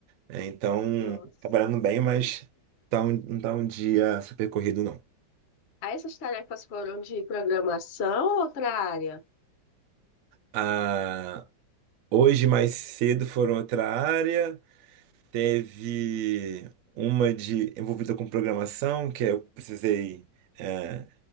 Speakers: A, on the right (about 70°); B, on the left (about 55°).
A: É, então,
B: Nossa.
A: trabalhando bem, mas tá um- não tá um dia super corrido, não.
B: Aí essas tarefas foram de programação ou outra área?
A: Ah, Hoje, mais cedo, foram outra área. Teve uma de envolvida com programação, que é, eu precisei é,